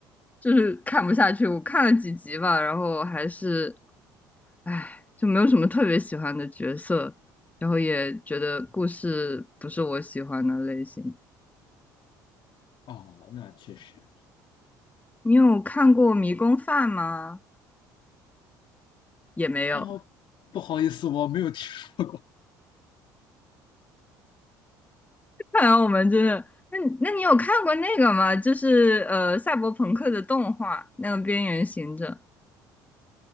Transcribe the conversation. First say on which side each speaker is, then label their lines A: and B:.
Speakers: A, on the left; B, on the left.
A: 就是看不下去。我看了几集吧，然后还是，唉，就没有什么特别喜欢的角色，然后也觉得故事不是我喜欢的类型。
B: 哦，那确实。
A: 你有看过《迷宫饭》吗？也没有。
B: 哦，不好意思，我没有听说过，
A: <laughs> 看来我们真的，那你那你有看过那个吗？就是呃，赛博朋克的动画，那个《边缘行者》